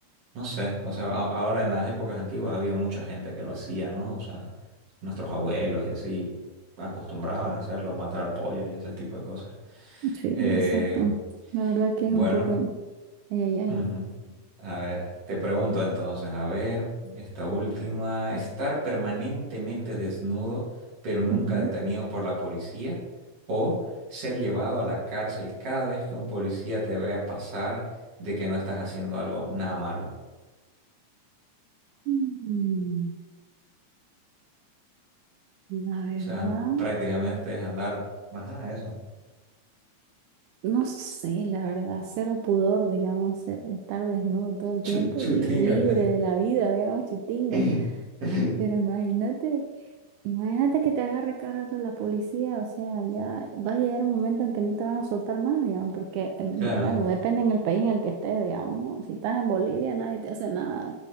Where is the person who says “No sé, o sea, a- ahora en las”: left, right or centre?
Right